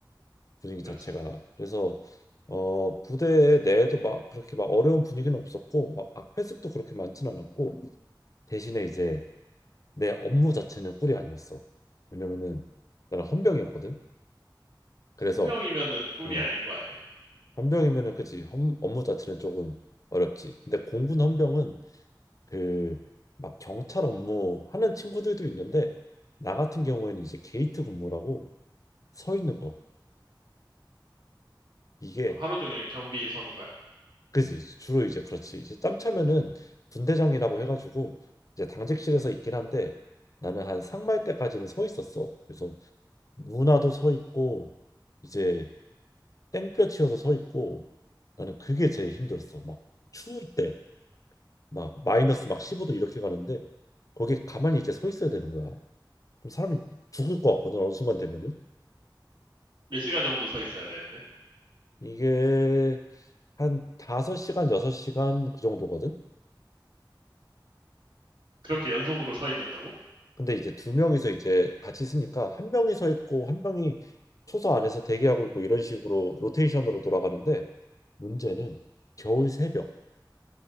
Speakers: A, on the left (about 45°); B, on the right (about 75°).
A: 분위기
B: 그렇지.
A: 자체가 그래서 어 부대 내에도 막 그렇게 막 어려운 분위기는 없었고 막 악배습도 그렇게 많진 않았고 대신에 이제 내 업무 자체는 꿀이 아니었어 왜냐면은 나는 헌병이었거든 그래서
B: 헌병이면은 꿀이
A: 음,
B: 아닌 거 아니야?
A: 헌병이면은 그치 헌, 업무 자체는 조금 어렵지 근데 공군 헌병은 그 막 경찰 업무 하는 친구들도 있는데 나 같은 경우에는 이제 게이트 근무라고 서 있는 거 이게
B: 그럼 하루 종일 경비 서는 거야?
A: 그지 주로 이제 그렇지 이제 짬 차면은 분대장이라고 해가지고 이제 당직실에서 있긴 한데 나는 한 상말 때까지는 서 있었어 그래서 누나도 서 있고 이제 땡볕 치여서 서 있고 나는 그게 제일 힘들었어 막 추울 때 막 마이너스 막 15도 이렇게 가는데 거기에 가만히 이제 서 있어야 되는 거야 그럼 사람이 죽을 것 같거든 어느 순간 되면은
B: 몇 시간 정도 서 있어야 되는데?
A: 이게 한 5시간 6시간 그 정도거든
B: 그렇게 연속으로 서 있는다고?
A: 근데 이제 두 명이서 이제 같이 쓰니까 한 명이 서 있고 한 명이 초소 안에서 대기하고 있고 이런 식으로 로테이션으로 돌아가는데 문제는 겨울 새벽